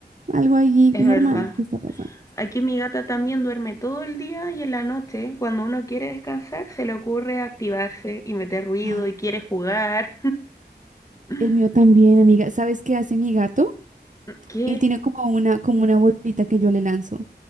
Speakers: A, on the right (about 45°); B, on the left (about 20°).
A: algo ahí
B: Es
A: normal
B: verdad.
A: que está pasando.
B: Aquí mi gata también duerme todo el día y en la noche, cuando uno quiere descansar, se le ocurre activarse y meter ruido
A: Ah,
B: y quiere jugar. <laughs>
A: el mío también, amiga. ¿Sabes qué hace mi gato?
B: ¿Qué?
A: Él tiene como una, como una bolita que yo le lanzo.